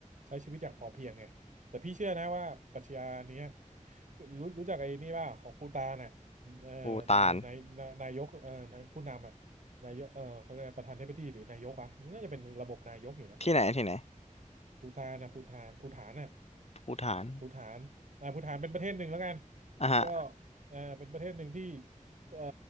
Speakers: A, on the right (about 65°); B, on the left (about 50°).
A: ใช้ชีวิตอย่างพอเพียงไงแต่พี่เชื่อนะว่าปรัชญาเนี้ยรู้รู้จักไอ้นี่ป่ะของปูตานน่ะเอ่อไอ้นายนายนายกเอ่อนายผู้นำอ่ะ
B: ภูฏาน
A: นายกเอ่อเขาเรียกอะไรประธานาธิบดีหรือนายกวะน่าจะเป็นระบบนายกอยู่นะ
B: ที่ไหนที่ไหน
A: ปูตานนะปูตานปูฐานน่ะ
B: ภูฏาน
A: ภูฏานอ่าภูฏานเป็นประเทศหนึ่งแล้วกัน
B: อ่ะฮะ
A: ก็เอ่อเป็นประเทศหนึ่งที่เอ่อ